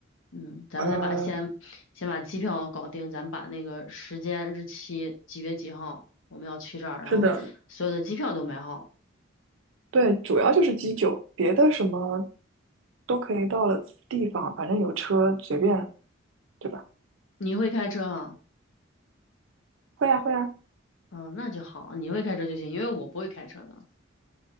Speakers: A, on the left (about 75°); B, on the right (about 75°).
A: 嗯，咱们再把先先把机票搞定，
B: 呃，
A: 咱们把那个时间、日期、几月几号我们要去这儿，
B: 是的，
A: 然后所有的机票都买好。
B: 对，主要就是基酒，别的什么都可以到了地方，反正有车随便，对吧？
A: 你会开车啊？
B: 会呀，会呀
A: 嗯，那就好，你会开车就行，因为我不会开车的。